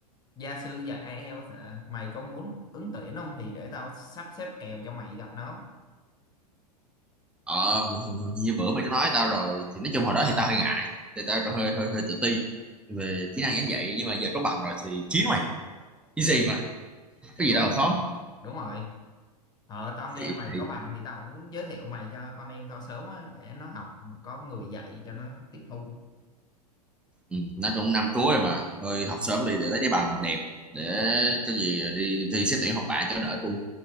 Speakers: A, on the left; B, in the centre.
A: gia sư dạy IELTS à, mày có muốn ứng tuyển không thì để tao sắp xếp kèo cho mày gặp nó
B: ờ như bữa mày có nói tao rồi thì nói chung hồi đó thì tao hơi ngại thì tao hơi hơi hơi tự ti về kỹ năng giảng dạy nhưng mà giờ có bằng rồi thì chiến mày cái
A: ừ
B: gì mà
A: hiểu
B: có gì đâu
A: hiểu
B: khó
A: đúng rồi ờ tao nghe
B: thì,
A: mày có
B: thì
A: bằng thì tao cũng muốn giới thiệu mày cho con em tao sớm á, để nó học có người dạy cho nó tiếp thu
B: ừ, nó cũng năm cuối rồi mà thôi học
A: Ừ.
B: sớm đi để lấy cái bằng đẹp để có gì đi thi xét tuyển học bạ cho đỡ luôn